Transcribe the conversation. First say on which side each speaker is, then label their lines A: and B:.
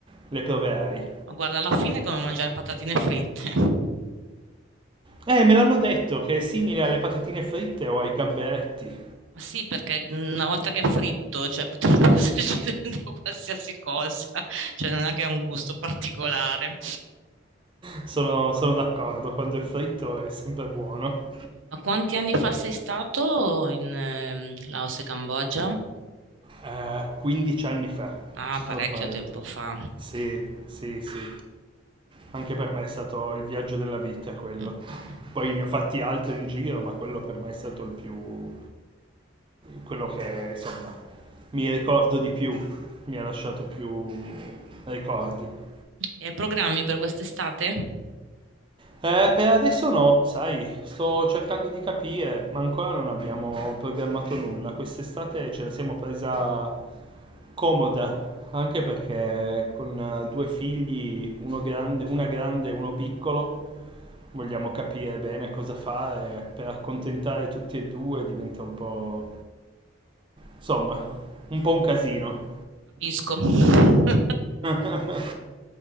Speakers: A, on the right; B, on the right.
A: le proverai.
B: Ma guarda, alla fine è come mangiare patatine fritte.
A: Eh, me l'hanno detto che è simile alle patatine fritte o ai gamberetti.
B: Ma sì, perché una volta che è fritto, cioè potrebbe <laughs> esserci dentro qualsiasi cosa, cioè non è che ha un gusto particolare.
A: Sono, sono d'accordo, quando è fritto è sempre buono.
B: Ma quanti anni fa sei stato in ehm, Laos e Cambogia?
A: eh, 15 anni fa,
B: Ah, parecchio
A: ormai.
B: tempo fa.
A: Sì, sì, sì. Anche per me è stato il viaggio della vita quello.
B: Mm, mm, mm.
A: Poi ne ho fatti altri in giro, ma quello per me è stato il più... quello che, insomma, mi ricordo di più, mi ha lasciato più ricordi.
B: E hai programmi per quest'estate?
A: Eh, per adesso no, sai, sto cercando di capire, ma ancora non abbiamo programmato nulla. Quest'estate ce la siamo presa comoda, anche perché con eh, due figli, uno grande, una grande e uno piccolo, vogliamo capire bene cosa fare per accontentare tutti e due, diventa un po', insomma, un po' un casino.
B: Capisco. <laughs>
A: <laughs>